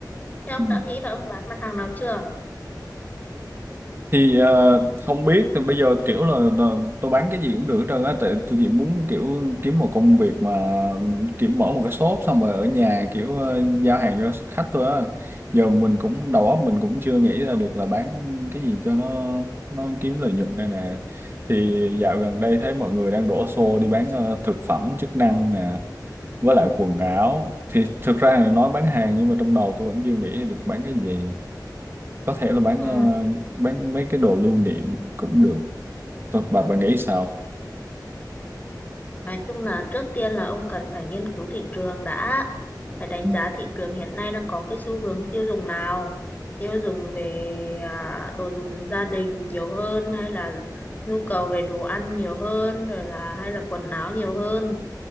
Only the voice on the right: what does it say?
Ừ.
thì ờ, không biết thì bây giờ kiểu là, là tôi bán cái gì cũng được hết trơn á tại tôi chỉ muốn kiểu kiếm một công việc mà ừ, kiểu mở một cái shop xong rồi ở nhà kiểu ờ, giao hàng cho khách thôi á giờ mình cũng đầu óc mình cũng chưa nghĩ ra được là bán cái gì cho nó nó kiếm lợi nhuận đây nè thì dạo gần đây thấy mọi người đang đổ xô đi bán ờ, thực phẩm chức năng nè với lại quần áo thì thực ra là nói bán hàng nhưng mà trong đầu tôi vẫn chưa nghĩ được bán cái gì có thể là bán
ờ, bán mấy cái đồ lưu niệm cũng được Thôi, bà bà nghĩ sao
ừ.